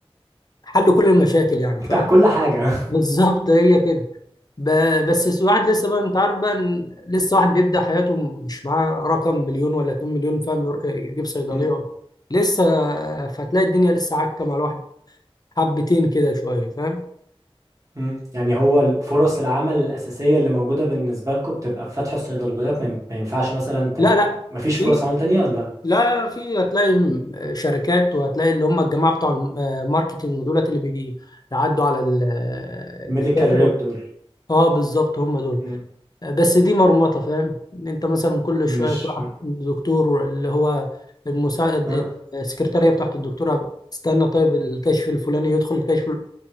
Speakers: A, on the left (about 40°); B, on the right (about 35°).
A: حل كل المشاكل يعني
B: بتاع
A: فاهم
B: كل حاجة
A: <laughs> بالظبط هي كده ب- بس س- واحد لسه بقى انت عارف بقى إن لسه واحد بيبدأ حياته مش معاه رقم مليون ولا 2 مليون فاهم يروح يجيب صيدلية
B: <laughs>
A: لسه فتلاقي الدنيا لسه عكة مع الواحد حبتين كده شوية فاهم
B: مم. يعني هو فرص العمل الأساسية اللي موجودة بالنسبة لكم بتبقى في فتح الصيدليات ما ين- ما ينفعش مثلا ت...
A: لا لا
B: ما فيش فرص
A: في
B: عمل تانية ولا
A: لا لا، في هتلاقي م- شركات وهتلاقي اللي هم الجماعه بتوع الماركتنج دولت اللي بيجي يعدوا على ال- آه،
B: الميديكال
A: الدكاتره
B: ريب دول
A: اه بالظبط هم دول
B: مم.
A: آه، بس دي مرمطه فاهم إن انت مثلا كل
B: مش
A: شويه تروح الدكتور اللي هو المساعد
B: آه.
A: السكرتاريه بتاعت الدكتوره تستنى طيب الكشف الفلاني يدخل الكشف ال-